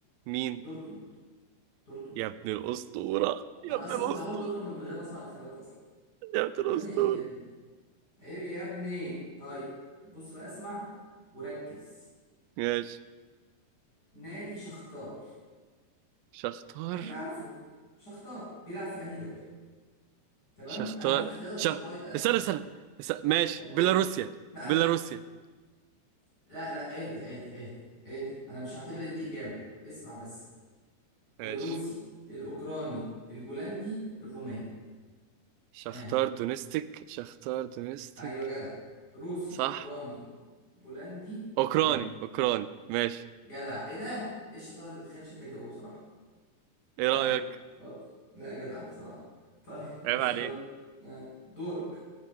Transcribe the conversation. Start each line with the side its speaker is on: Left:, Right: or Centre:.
Right: مين
Left: دورتموند دورتموند
Right: يا ابن الأسطورة يا
Left: أنا
Right: ابن
Left: أصلا
Right: الأسطورة
Left: كنت هقول دورتموند من غير ما أسمع الاختيارات أصلا
Right: يا ابن الأسطورة
Left: يا ابني عيب يا ابني ايه يا ابني طيب بص بقى اسمع وركز
Right: ماشي
Left: نادي شختار
Right: شختار
Left: اكيد عارفه شختار بيلعب في انهي دوري تمام
Right: شختار
Left: انا هديك اختيارات
Right: شخ
Left: عشان الموضوع يبقى اسهل
Right: استنى
Left: شويه
Right: استنى است- ماشي
Left: طب قول
Right: بيلاروسيا
Left: لا
Right: بيلاروسيا
Left: لا لا اهدى اهدى اهدى اهدى انا مش هعتبر ان دي اجابه اسمع بس
Right: ماشي
Left: الروسي الاوكراني البولندي الروماني
Right: شختار
Left: ها
Right: دونستيك شختار دونستيك
Left: ايوه جدع روسي
Right: صح
Left: اوكراني بولندي
Right: اوكراني
Left: روماني
Right: اوكراني ماشي
Left: جدع ايه ده ايه الشطاره دي بتخيلش انت تجاوب بصراحه
Right: ايه
Left: لا
Right: رأيك
Left: حلو شاطر لا جدع بصراحة طيب <laughs> ماشي
Right: عيب عليك
Left: يلا آه، دورك